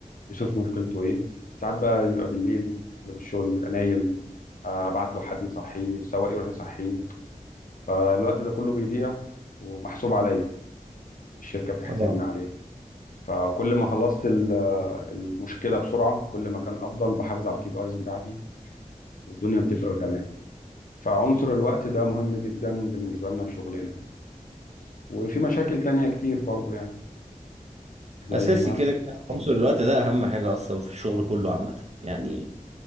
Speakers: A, on the left; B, on the right.
A: يشوف مشكلته ايه ساعات بقى بيبقى بالليل اغلب الشغل بيبقى نايم آه، ابعت له حد يصحيه السواق يروح يصحيه فالوقت ده كله بيضيع ومحسوب عليا الشركة بتحاسبني
B: طبعا
A: عليه فكل ما خلصت ال- المشكلة بسرعة كل ما كان افضل بحافظ على الكي بي ايز بتاعتي والدنيا بتبقى تمام فعنصر الوقت ده مهم جدا بالنسبة لنا في شغلنا وفي مشاكل تانية كتير برضو يعني زي
B: اساسي
A: مثلا
B: كده كده
A: مم.
B: عنصر الوقت ده اهم حاجه اصلا في الشغل كله عامه يعني